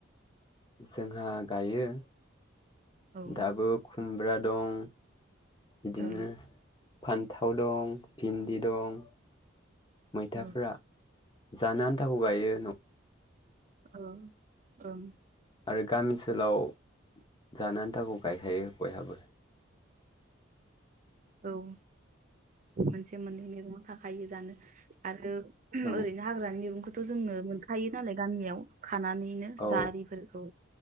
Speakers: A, on the left; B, on the right.
A: जोंहा गायो
B: औ ओं
A: दाबो खुमब्रा दं। बिदिनो
B: औ
A: फान्थाव दं भिन्दि दं। मैथाफोरा
B: औ
A: जानो आन्थाखौ गायो न'
B: औव औव
A: आरो गामि ओनसोलाव जानो आन्थाखौ गायखायो बयहाबो।
B: औव मोनसे मोननै मैगंया थाखायो दानो आरो
A: औ
B: ओरैनो हाग्रानि मैगंखौथ' जोङो मोनखायो नालाय गामियाव खानानैनो
A: औ
B: जारिफोरखौ